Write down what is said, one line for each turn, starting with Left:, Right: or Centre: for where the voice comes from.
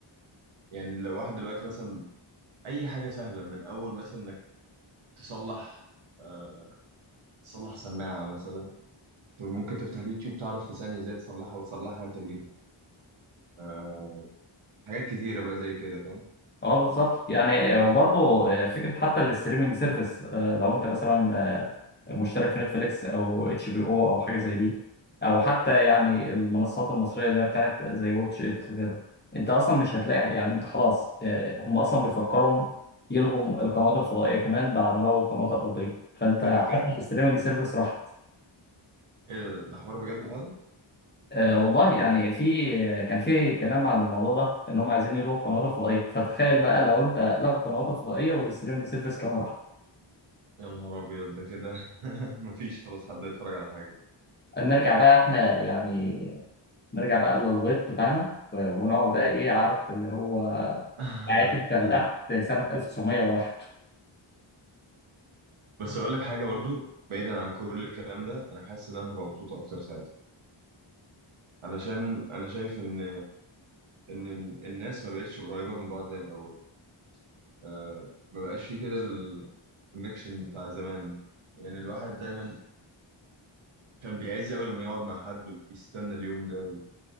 Right: يعني لو واحد دلوقتي مثلا اي حاجه سهله من اول مثلا انك تصلح آه، تصلح سماعه مثلا انت ممكن تفتح اليوتيوب تعرف في ثانيه ازاي تصلحها وتصلحها انت بايدك آه، حاجات كتيره بقى زي كده فاهم
Left: اه بالظبط يعني آه، وبرضه آه، فكره حتى الاستريمنج سيرفيس آه، لو انت مثلا آه، مشترك في نتفليكس او اتش بي او او حاجه زي دي او حتى يعني المنصات المصريه اللي هي بتاعت زي واتش ات كده انت اصلا مش هتلاقي يعني انت خلاص آه، هم اصلا بيفكروا يلغوا القنوات الفضائيه كمان بعد ما لغوا القنوات الارضيه فانت
Right: ايه ده بجد
Left: حتى الاستريمنج سيرفيس راحت
Right: ايه ده ده حوار بجد فعلا
Left: آه والله يعني في آه، كان في كلام عن الموضوع ده ان هم عايزين يلغوا القنوات الفضائيه فتخيل بقى لو انت لغوا القنوات الفضائيه والستريمنج سيرفيس كمان راح
Right: يا نهار ابيض ده كده <laughs> مفيش خلاص حد يتفرج على حاجه
Left: نرجع بقى احنا يعني نرجع بقى للغيط بتاعنا و- ونقعد بقى ايه عارف اللي هو
Right: <laughs>
Left: حياة الفلاح في سنه 1901
Right: بس اقول لك حاجه برضو بعيدا عن كل الكلام ده انا حاسس ان انا هبقى مبسوط اكتر ساعتها علشان انا شايف ان ان الناس ما بقتش قريبه من بعض زي الاول آه ما بقاش في كده الكونكشن بتاع زمان يعني الواحد دايما كان بيعز قوي لما يقعد مع حد وبيستنى اليوم ده